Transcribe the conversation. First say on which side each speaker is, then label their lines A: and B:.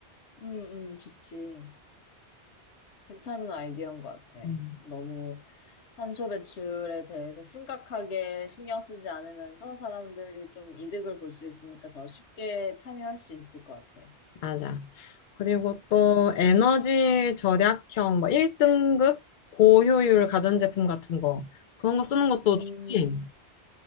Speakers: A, on the left (about 85°); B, on the left (about 60°).
A: 음, 음, 좋지. 괜찮은 아이디어인 것 같아.
B: 음.
A: 너무 탄소 배출에 대해서 심각하게 신경 쓰지 않으면서 사람들이 좀 이득을 볼 수 있으니까 더 쉽게 참여할 수 있을 것 같아.
B: 맞아. 그리고 또
A: 음,
B: 에너지 절약형, 뭐 1등급 고효율 가전제품 같은 거. 그런 거 쓰는 것도
A: 음,
B: 좋지.